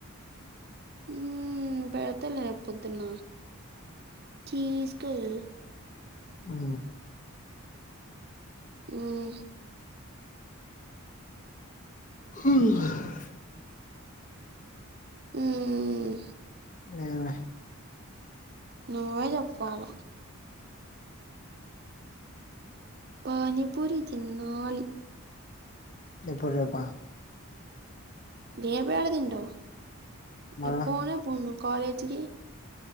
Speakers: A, on the right; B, on the left.
A: హామ్ పెడ్తలే పొద్దున్న ధీస్కెళ్ళు
B: ఉ
A: ఉమ్
B: హ
A: ఉమ్
B: ఎమే
A: నువ్వే చెప్పాల పనీపూరి తిన్నాలి
B: ఇప్పుడ్ రేప
A: ఎబాయల తింటావ్
B: మళ్ళా
A: ఎ పోనే పోను కాలేజికి